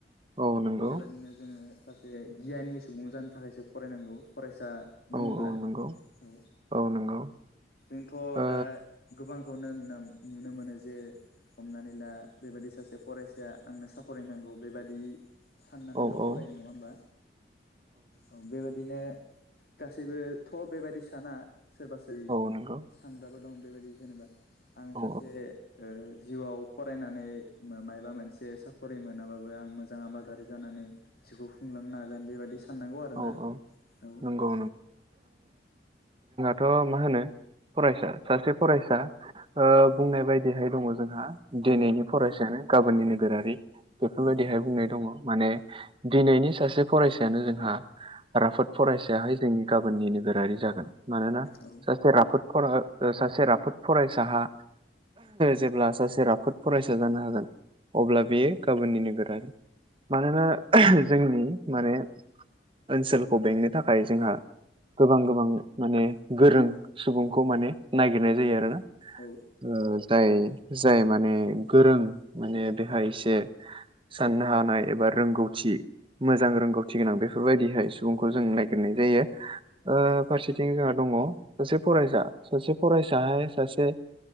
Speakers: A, on the right; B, on the left.
A: औ नंगौ
B: बेबायादिनो जोङो सासे गियानि सुबुं जानो थाखायसो फरायनांगौ फराय फिसा
A: औ
B: बुङोब्ला
A: औ नंगौ
B: औ
A: औ नंगौ
B: जोंथ'
A: ओ
B: दा गोबांखौनो नुना नुनो मोनो जे हमनानै ला बेबायादि सासे फरायसाया आंनो साखरायनांगौ बेबादि साननानैल'
A: औ औ
B: फरायो नङा होमबा औ बेबायदिनो गासैबो थ' बेबायदि साना सोरबासि
A: औ नंगौ
B: सानग्राबो दं बेबायदि जेनेबा आं
A: औ
B: सासे जिउआव फरायनानै मायबा मोनसे साख'रि मोनाबाबो आं मोजां आबादारि जानानै जिउखौ खुंलांनो हागोन बेबायदि साननांगौ आरोना
A: औ औ
B: औ
A: नंगौ थ' मा होनो फरायसा सासे फरायसा बुंनाय बायदिहाय दङ जोंहा दिनैनि
B: औ
A: फरायसायानो गाबोननि नोगोरारि बेफोरबायदिहाय
B: औ
A: बुंनाय दङ माने दिनैनि सासे फरायसायानो जोंहा राफोद फरायसायाहाय जों गाबोननि नोगोरारि जागोन मानोना
B: औ
A: सासे राफोदफोरागा सासे राफोद फरायसाहा जेब्ला सासे राफोद फरायसा जानो हागोन अब्ला बेयो गाबोननि नोगोरारि मानोना जोंनि माने ओनसोलखौ बेंनो थाखाय जोंहा गोबां गोबां माने गोरों सुबुंखौ माने नागिरनाय जायो आरोना
B: औ
A: ओ जाय जाय माने गोरों माने बेहाय एसे साननो हानाय एबा रोंगौथि मोजां रोंगौथि गोनां बेफोर बेफोरबायदिहाय सुबुंखौ जों ननायागिरनाय जायो ओ फारसेथिं जोंहा दंङ सासे फरायसा सासे फरायसाहाय सासे